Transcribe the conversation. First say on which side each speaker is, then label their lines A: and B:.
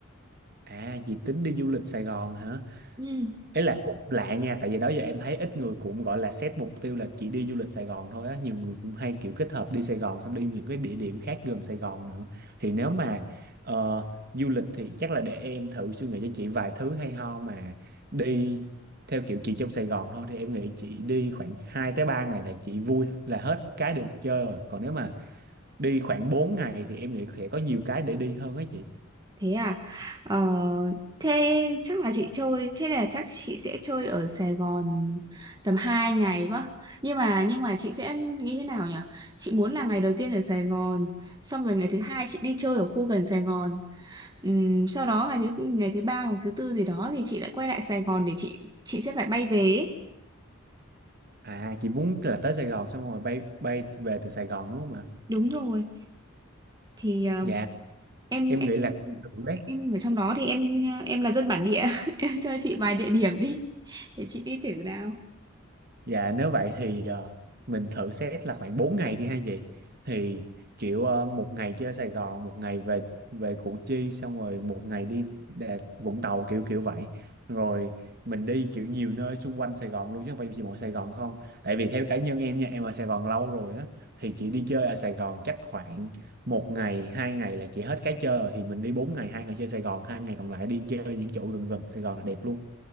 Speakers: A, on the right; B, on the right.
A: À, chị tính đi du lịch Sài Gòn hả?
B: Ừ.
A: Ý là cũng lạ nha tại vì đó giờ em thấy ít người cũng gọi là set mục tiêu là chỉ đi du lịch Sài Gòn thôi á nhiều người cũng hay kiểu kết hợp đi Sài Gòn xong đi những cái địa điểm khác gần Sài Gòn nữa thì nếu mà ờ, du lịch thì chắc là để em thử suy nghĩ cho chị vài thứ hay ho mà đi theo kiểu chị trong Sài Gòn thôi thì em nghĩ chị đi khoảng 2 tới 3 ngày là chị vui là hết cái để chơi rồi còn nếu mà đi khoảng 4 ngày thì em nghĩ sẽ có nhiều cái để đi hơn á chị
B: Thế à? Ờ, thế chắc là chị chơi, thế là chắc chị sẽ chơi ở Sài Gòn tầm 2 ngày quá. Nhưng mà nhưng mà chị sẽ nghĩ thế nào nhỉ? Chị muốn là ngày đầu tiên ở Sài Gòn, xong rồi ngày thứ hai chị đi chơi ở khu gần Sài Gòn. Ừm, sau đó ngày thứ ngày thứ ba hoặc thứ tư gì đó thì chị lại quay lại Sài Gòn để chị chị sẽ phải bay về. ấy.
A: à chị muốn là tới Sài Gòn xong rồi bay bay về từ Sài Gòn đúng không ạ
B: Đúng rồi. Thì ờ,
A: Dạ
B: em
A: em
B: em
A: nghĩ là thử đấy
B: em ở trong đó thì em em là dân bản địa, <laughs> em cho chị vài địa điểm đi để chị đi thử nào.
A: dạ nếu vậy thì ờ, mình thử xét là khoảng 4 ngày đi hay gì thì kiểu ờ, một ngày chơi Sài Gòn một ngày về về Củ Chi xong rồi một ngày đi Đà- Vũng Tàu kiểu kiểu vậy rồi mình đi kiểu nhiều nơi xung quanh Sài Gòn luôn chứ không phải chỉ mỗi Sài Gòn không tại vì theo cá nhân em nha em ở Sài Gòn lâu rồi á thì chỉ đi chơi ở Sài Gòn chắc khoảng một ngày hai ngày là chỉ hết cái chơi rồi thì mình đi bốn ngày hai ngày chơi Sài Gòn hai ngày còn lại đi chơi những chỗ gần gần Sài Gòn là đẹp luôn